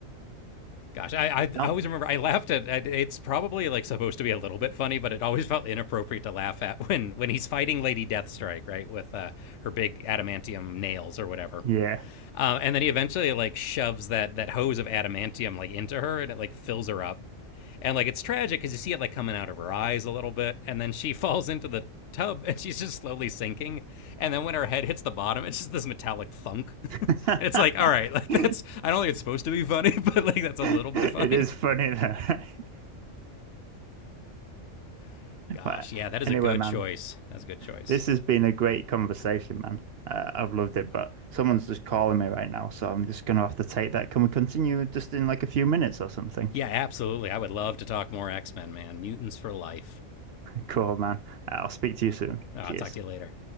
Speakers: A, on the left; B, on the right.
A: Gosh, I, I
B: Not,
A: I always remember I laughed at, at it's probably like supposed to be a little bit funny, but it always felt inappropriate to laugh at when when he's fighting Lady Deathstrike, right, with uh, her big adamantium nails or whatever.
B: yeah.
A: Um, and then he eventually like shoves that that hose of adamantium like into her, and it like fills her up. And like it's tragic because you see it like coming out of her eyes a little bit, and then she <laughs> falls into the tub and she's just slowly sinking. And then when her head hits the bottom, it's just this metallic thunk. <laughs>
B: <laughs>
A: and it's like, all right, <laughs> like that's I don't think it's supposed to be funny, <laughs> but like that's a
B: It
A: little bit funny.
B: is funny though. <laughs>
A: <laughs> Gosh,
B: But
A: yeah, that is
B: anyway,
A: a good
B: man.
A: choice. That's a good choice.
B: This has been a great conversation, man. Uh, I've loved it, but someone's just calling me right now, so I'm just gonna have to take that. Can we continue just in like a few minutes or something?
A: Yeah,
B: <laughs>
A: absolutely. I would love to talk more X Men, man. Mutants for life.
B: Cool, man. Uh, I'll speak to you soon.
A: Oh, I'll
B: Cheers.
A: talk to you later.